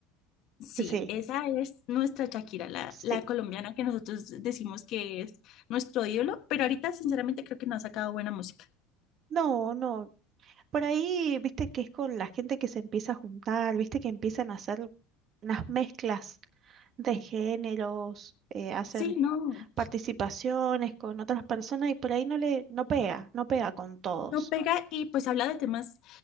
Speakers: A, on the left; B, on the right.
A: Sí,
B: Sí,
A: esa es nuestra Shakira, la,
B: sí.
A: la colombiana que nosotros decimos que es nuestro ídolo, pero ahorita sinceramente creo que no ha sacado buena música.
B: No, no, Por ahí, viste que es con la gente que se empieza a juntar, viste que empiezan a hacer unas mezclas de géneros, eh, hacen
A: Sí, no,
B: participaciones con otras personas y por ahí no le, no pega, no pega con todos.
A: no pega y pues habla de temas